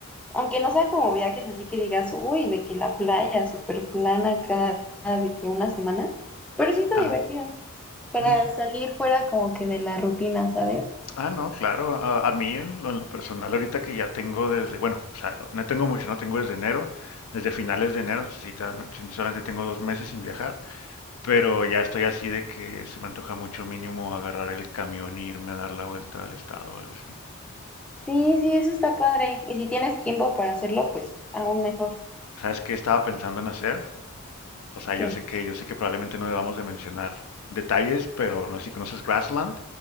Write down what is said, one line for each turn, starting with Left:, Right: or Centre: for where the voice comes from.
Centre: aunque no sean como viajes así que digas, uy, de que la playa súper plana acá, de que una semana, pero sí está
Left: Ajá.
Centre: divertido para
Left: Mm.
Centre: salir fuera como que de la rutina, ¿sabes?
Left: Ah, no, claro. A, a mí en lo, en lo personal ahorita que ya tengo desde, bueno, o sea, no tengo mucho, no tengo desde enero, desde finales de enero, si te das- si solamente tengo dos meses sin viajar, pero ya estoy así de que se me antoja mucho mínimo agarrar el camión e irme a dar la vuelta al estado o algo así.
Centre: Sí, sí, eso está padre. Y si tienes tiempo para hacerlo, pues aún mejor.
Left: ¿Sabes qué estaba pensando en hacer? O sea,
Centre: ¿Qué?
Left: yo sé que, yo sé que probablemente no debamos de mencionar detalles, pero no sé si conoces Grassland.